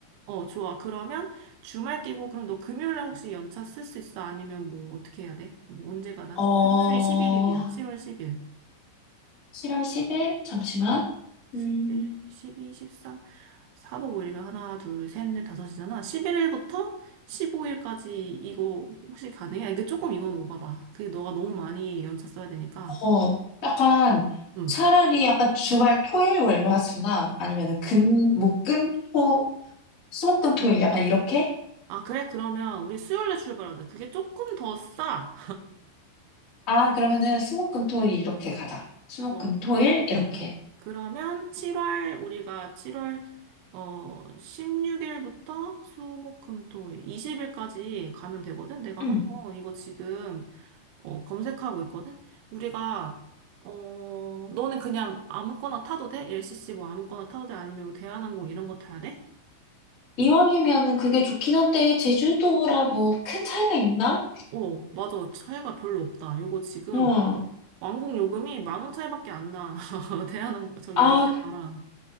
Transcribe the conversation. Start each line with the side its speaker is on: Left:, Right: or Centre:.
Right: 어, 좋아. 그러면 주말 끼고, 그럼 너 금요일에 혹시 연차 쓸 수 있어? 아니면 뭐, 어떻게 해야 돼? 뭐, 언제 가나?
Left: 어,
Right: 금요일이 11일이야. 7월 10일.
Left: 7월 10일? 잠시만.
Right: 11일,
Left: 음.
Right: 12, 13, 4박 5일이면 하나, 둘, 셋, 넷, 다섯이잖아. 11일부터 15일까지 이거 혹시 가능해? 아, 이게 조금 이건 오바다. 그게 너가 너무 많이 연차 써야 되니까.
Left: 어, 약간
Right: 응.
Left: 차라리 약간 주말 토일 월화수나 아니면은 금, 목, 금, 토, 수목금 토일 약간 이렇게?
Right: 아, 그래? 그러면 우리 수요일에 출발하자. 그게 조금 더 싸.
Left: 아, 그러면은 수목금 토일 이렇게 가자. 수목금
Right: 어,
Left: 토일 이렇게.
Right: 그러면 7월, 우리가 7월, 어, 16일부터 수, 목, 금, 토, 일, 20일까지 가면 되거든? 내가
Left: 응.
Right: 한번 이거 지금 어, 검색하고 있거든? 우리가, 어, 너는 그냥 아무거나 타도 돼? LCC 뭐 아무거나 타도 돼? 아니면 뭐 대한항공 이런 거 타야 돼?
Left: 이왕이면은 그게 좋긴 한데 제주도라 뭐 큰 차이가 있나?
Right: 어, 맞아. 차이가 별로 없다. 요거 지금
Left: 응.
Right: 왕복 요금이 만 원 차이밖에 안 나. <laughs> 대한항공, 저기
Left: 아,
Right: 아시아나랑.
Left: 그-